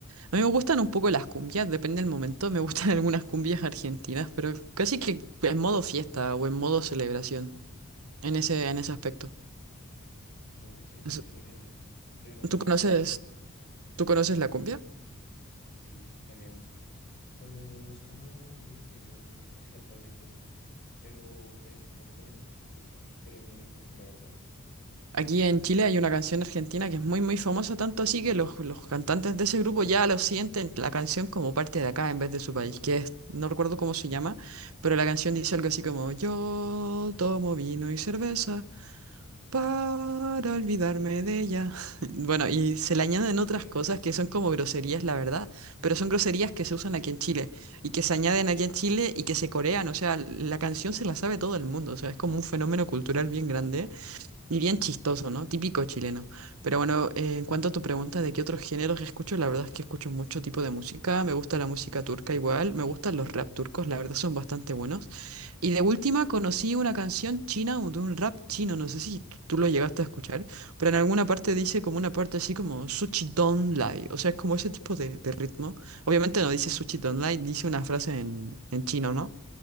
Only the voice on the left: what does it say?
No, siento
que es súper genial. Pero digamos
tú que otro,
sí, también, no, no, no es como mu- mi género musical favorito pero de vez en cuando también escucho un poco, pero muy poco, la verdad,
me
suena.